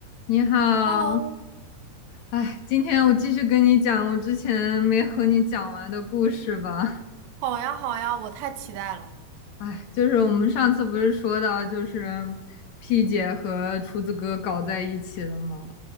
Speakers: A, on the left (about 55°); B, on the right (about 75°).
A: 你好，
B: Hello，
A: 哎，今天我继续跟你讲我之前没和你讲完的故事吧。
B: 好呀好呀，我太期待了。
A: 哎，就是我们上次不是说到，就是 P 姐和厨子哥搞在一起了吗？